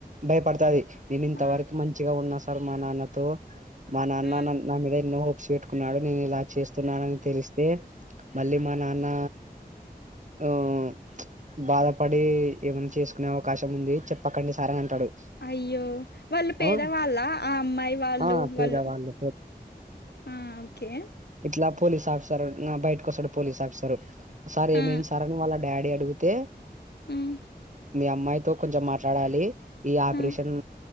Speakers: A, on the right; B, on the left.
A: భయపడతాది నేను ఇంతవరకు
B: ఆ
A: మంచిగ ఉన్నా సార్ మా నాన్నతో మా నాన్న
B: ఆ
A: నా మీద ఎన్నో హోప్స్ పెట్ కున్నాడు నేను ఇలా చేస్తున్నానని తెలిస్తే మళ్ళీ మా నాన్న ఓయ్ బాధపడి ఏమన్న చేసుకునే అవకాశం ఉంది చెప్పకండి సార్ అని అంటాడు
B: అయ్యో వాళ్ళు పేదవాళ్ళ
A: ఆ
B: ఆ అమ్మాయి వాళ్ళు
A: ఆ పేదవాళ్ళు
B: వాళ్ళు ఆ ఓకే
A: ఇట్ల పోలీస్ ఆఫీసర్ నా బయటకు వస్తాడు పోలీస్ ఆఫీసరు సార్ ఏమయింది
B: ఆ
A: సార్ అని వాళ్ళ డాడీ అడుగు తే
B: ఉమ్
A: మీ అమ్మాయితో కొంచం మాట్లాడాలి ఈ ఆపరేషన్
B: ఆ